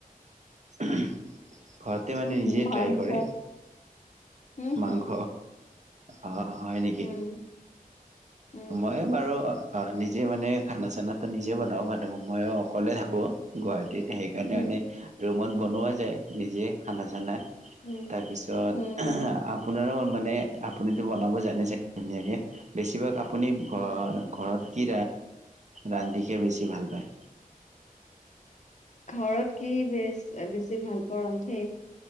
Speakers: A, on the right (about 50°); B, on the left (about 55°).
A: ঘৰতে মানে নিজে
B: মাংস
A: ট্ৰাই কৰে।
B: উম
A: মাংস
B: হম
A: অ, হয় নেকি?
B: উম উম।
A: মই বাৰু নিজে মানে খানা চানাটো নিজে বনাওঁ মানুহ ময় অকলে থাকোঁ। গুৱাহাটীত সেইকাৰণে
B: উম,
A: মানে ৰুমত বনোৱা যায় নিজে খানা চানা।
B: উম,
A: তাৰপিছত
B: উম,
A: আ আপোনাৰ মানে আপুনি বনাব জানিছেই ধুনীয়া কৰে বেছি ভাগ। আপুনি ঘ,
B: উম।
A: ঘৰত কি ৰান্ধি খেই বেছি ভাল পায়।
B: ঘৰত কি বে, বেছি ভাল পাৱা ৰন্ধেই